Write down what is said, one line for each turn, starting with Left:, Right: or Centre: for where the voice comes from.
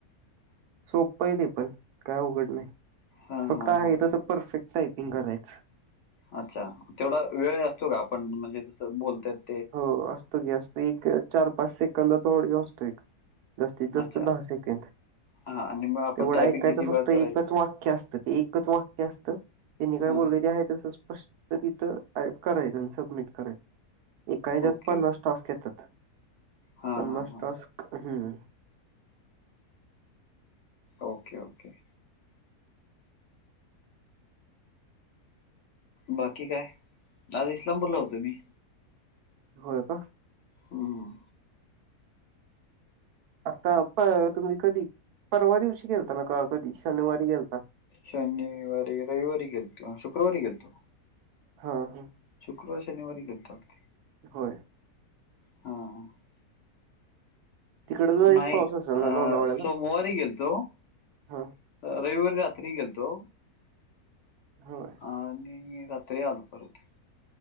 Right: सोपं आहे ते पण काय अवघड नाही
Left: हां,
Right: फक्त
Left: हां,
Right: आहे
Left: हां.
Right: तस परफेक्ट टायपिंग करायच
Left: अच्छा तेवढा वेळ असतो का आपण म्हणजे तसं बोलत्यात
Right: हो असतो की असत एक चार पाच सेकंदाचा ऑडिओ असतो एक. जास्तीत जास्त
Left: अच्छा.
Right: दहा सेकंड.
Left: हां आणि मग आपण
Right: तेवढं
Left: टायपिंग
Right: ऐकायचं
Left: किती
Right: फक्त
Left: वेळात
Right: एकच
Left: करायचं?
Right: वाक्य असतं ते एकच वा क्य असत त्यांनी काय
Left: हां.
Right: बोललेल ते हाय तसं स्पष्ट तिथं करायचं सबमिट करायचं एका ह्याच्यात
Left: ओके.
Right: पन्नास टास्क येतात,
Left: हां,
Right: पन्नास
Left: हां, हां.
Right: टास्क हम्म
Left: ओके ओके. बाकी काय? आज इस्लामपूरला होतो मी.
Right: होय का.
Left: हम्म.
Right: आता प तुम्ही कधी परवा दिवशी गेलता ना का कधी शनिवारी गेलता
Left: शनिवारी रविवारी गेलतो, शुक्रवारी गेलतो.
Right: हा हा.
Left: शुक्रवार शनिवारी गेलतो <unintelligible>
Right: होय.
Left: हा
Right: तिकडे लईच
Left: नाही
Right: पाऊस असेल ना
Left: अ
Right: लोणावळ्याला
Left: सोमवारी गेलतो अह
Right: हा
Left: रविवारी रात्री गेलतो
Right: होय.
Left: आणि रात्री आलो परत.